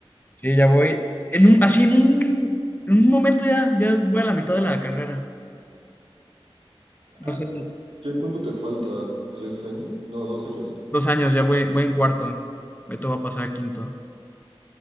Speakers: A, on the left; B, on the right.
A: Sí, ya voy. En un, así en un, en un momento ya, ya voy a la mitad de la carrera.
B: Ah,
A: No sé,
B: ¿ya cuánto te falta? ¿Tres años? No, dos años, ¿no?
A: dos años, ya voy, voy en cuarto. Me va a pasar a quinto.